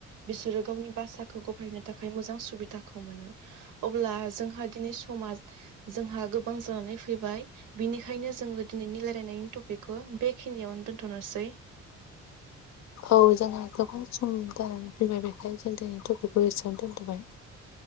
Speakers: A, on the right (about 85°); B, on the left (about 60°).
A: बिसोरो गावनि भासाखौ खौ गफायनो थाखाय मोजां सुबिदाखौ मोनो अब्ला जोंहा दिनै समाज जोंहा गोबां जानानै फैबाय बिनिखायनो जोङो दिनैनि रायलायनायनि टपिकखौ बेखिनियावनो दोन्थनोसै
B: औ जोंहा गोबां सम जानानै फैबाय बेखायनो जों दिनै टपिकखौ एसेयावनो दोनदबाय